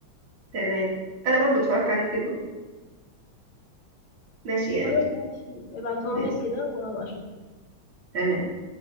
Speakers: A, on the right; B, on the left.
A: تمام انا برضو اتفرجت عليه كتير برضو ماشي يا امان
B: خلاص ماشي ابعتهم
A: ماشي
B: لي كده وهبقى اشوف
A: تمام